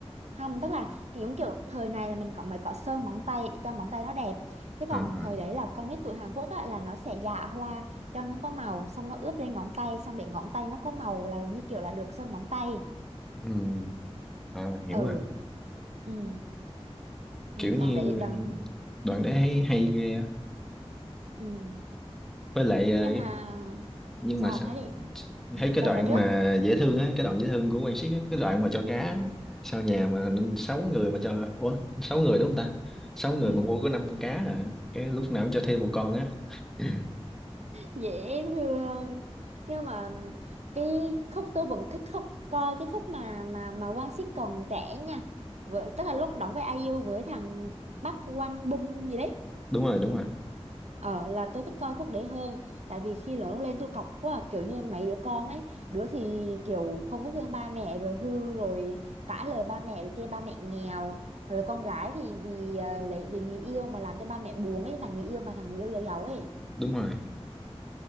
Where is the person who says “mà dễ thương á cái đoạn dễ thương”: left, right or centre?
Centre